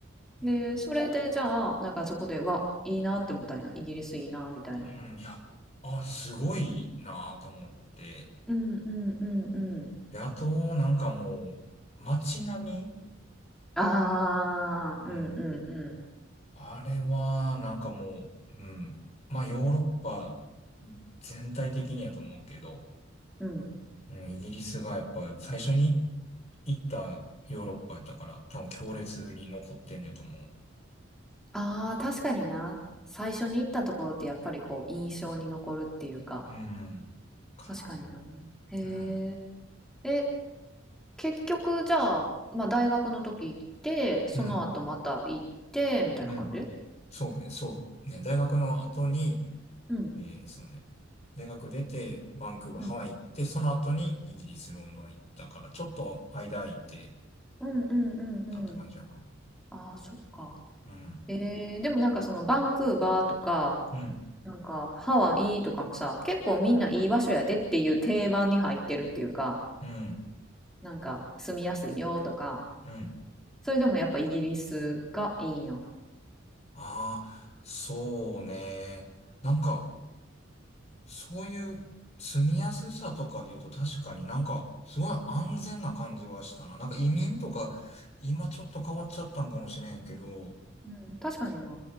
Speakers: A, on the left (about 35°); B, in the centre.
A: うん。
B: う。で、それでじゃあ、なんかそこで、うわ、いいなって思ったんや。イギリスいいな、みたいな。
A: うん。いや、あ、すごいなぁと思って。
B: うんうんうんうん。
A: で、あと、なんかもう、街並
B: ああ、
A: みうん。
B: うんうんう
A: あれは、なんかもう、うん。まあ、ヨーロッパ全体的にやと思うけど、
B: んうん。
A: うん、イギリスがやっぱ最初に行ったヨーロッパやったから、多分強烈に残ってんねんと思う。
B: ああ、確かにな。最初に行ったところってやっぱりこう印象に残るっていうか。
A: うん。かな。
B: 確かにな。へえ。
A: うん。
B: え、結局じゃあ、まあ、大学の時行ってその後また行ってみたいな感じ
A: うん。うん。そうね。そう。ね。大学の後に、
B: うん
A: えー、そうね。大学出て、バンクーバー、
B: うん
A: ハワイ行って、その後にイギリス、ロンドン行ったから、ちょっと間空いて
B: うんうんうんうん
A: たって感じやな。
B: ああそっか
A: うん。
B: えー、でもなんかそのバンクーバーとか
A: うん。
B: なんかハワイとかもさ結構みんないい場所やでっていう定番に入ってるっていうか
A: うん。
B: なんか住みやすいよとか
A: うん。
B: それでもやっぱイギリスがいいんや
A: ああ、そうね。なんか、そういう住みやすさとかで言うと確かになんかすごい安全な感じはしたな。なんか移民とか今ちょっと変わっちゃったんかもしれへんけど、
B: うん、うん、確かにな